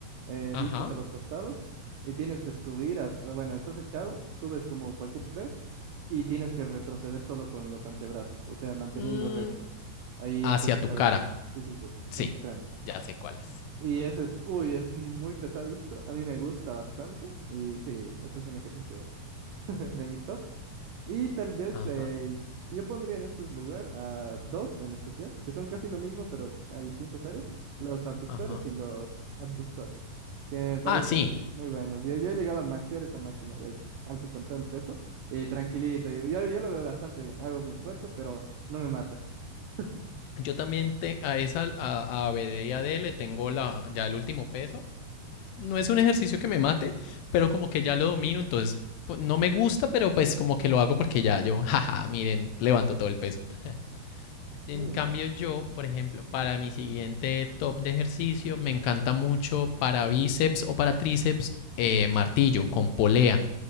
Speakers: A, on the right; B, on the left.
A: eh,
B: Ajá.
A: discos a los costados y tienes que subir hasta, bueno, estás echado, subes como cualquier press y tienes que retroceder solo con los antebrazos, o sea, manteniendo
B: Mm,
A: recto ahí
B: hacia
A: hasta tu
B: tu
A: cabeza.
B: cara.
A: Sí, sí, sí, rompecráneos.
B: Sí, ya sé cuál es.
A: Y ese es, uy, es muy pesadito, a mí me gusta bastante y sí, ese es un ejercicio <laughs> de mis top. Y tal vez
B: Ajá,
A: eh, yo pondría en este lugar a dos en especial, que son casi lo mismo, pero a distintas áreas, los abductores
B: ajá.
A: y los abductores, que me parecen
B: Ah, sí.
A: muy buenos. Yo, yo he llegado a maxear esa máquina, de hecho, alzo con todo el peso y tranquilito, yo, yo yo lo veo bastante bien, hago mi esfuerzo, pero no me mata. <laughs>
B: Yo también te, a esa, a, a BD y AD le tengo la, ya el último peso. No es un ejercicio que me mate, pero como que ya lo domino, entonces pues, no me gusta, pero pues como que lo hago porque ya yo, <laughs> jaja, miren, levanto todo el peso. <laughs> En
A: Mm,
B: cambio, yo, por ejemplo, para mi siguiente top de ejercicio, me encanta mucho para bíceps o para tríceps eh, martillo con polea.